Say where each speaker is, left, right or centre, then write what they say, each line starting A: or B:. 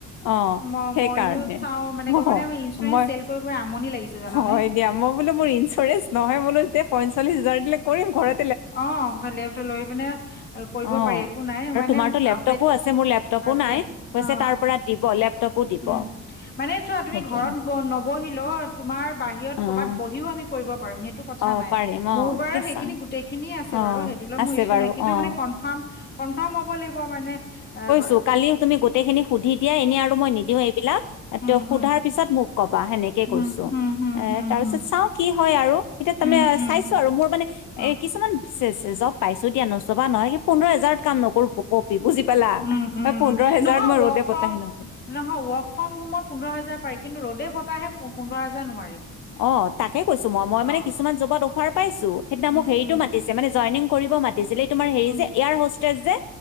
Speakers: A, on the left; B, on the left.
A: অ
B: ম-ময়ো
A: সেইকাৰণে
B: চাও মানে
A: অ
B: গৈ মানে আমাৰ ইঞ্চুৰেঞ্চ
A: মই
B: চেল কৰি কৰি আমনি লাগিছে জানানে।
A: হয় দিয়া মোক বোলোঁ মোৰ ইঞ্চুৰেঞ্চ নহয় বোলো পঞ্চল্লিছ হাজাৰ দিলে কৰিম ঘৰে
B: অ ঘলে লেপটপ লৈ আহি পিনে কৰিব
A: অঁ
B: পাৰি একো নাই
A: আৰু
B: মানে
A: তোমাৰতো লেপটপো
B: আ
A: আছে মোৰ লেপটপো
B: আছে
A: নাই কৈছে
B: অ
A: তাৰ পৰা দিব লেপটপো দিব
B: উম মানে চোৱা তুমি
A: সেইটো
B: ঘৰত নবহি তোমাৰ বাহিৰত
A: অঁ
B: কৰ'বাত বহিও আমি কৰিব পাৰিম সেইটো কথা
A: অঁ
B: নাই
A: পাৰিম
B: মোৰ
A: অঁ
B: বাৰ
A: এতিয়া
B: সেইখিনি
A: চাওঁ
B: গোটেই খিনিয়ে আছে
A: অঁ
B: বাৰু সেইটো লৈ
A: আছে
B: মোৰ ইচ্ছুক
A: বাৰু
B: নাই কিন্তু
A: অঁ
B: মানে কনফাৰ্ম কনফাৰ্ম হ'ব লাগিব মানে এ
A: পালো কালি তুমি গোটেই খিনি সুধি দিয়া এনে আৰু মই নিদিও এইবিলাক
B: উম
A: ত সুধাৰ
B: উম
A: পিছত মোক ক'বা। সেনেকে
B: হুম
A: কৈছো
B: হুম হুম
A: এ
B: হুম
A: তাৰ
B: হুম
A: পিছত চাওঁ কি। হয় আৰু এতিয়া
B: হুম
A: তাৰমানে
B: উম উম
A: চাইছো আৰু মোৰ মানে এ
B: অ
A: কিছুমান। জব পাইছো দিয়া নবাহয় স পোন্ধৰ হাজাৰত কাম নকৰো বুজি পালা
B: উম উম
A: মই পোন্ধৰ
B: উম
A: হেজাৰত
B: নহয়
A: মই
B: ৱৰ্ক
A: ৰ'দে
B: ফ্ৰম
A: বতাহে নকৰো
B: নহয় ৱৰ্ক ফ্ৰম হোমত পোন্ধৰ হাজাৰ পাৰি কিন্তু ৰ'ডে ব একেৰাহে পোন্ধৰ হাজাৰ নোৱাৰি।
A: অ তাকে কৈছো মই মই
B: অ
A: মানে কিছুমান জবত অফাৰ পাইছো, সেইদিনা
B: উম
A: মোক সেৰিটো
B: উম
A: মতিছে মানে যইনিং কৰিব মাতিছিল এই তোমাৰ হেৰি
B: উম
A: যে ইয়াৰ হষ্টেজ যে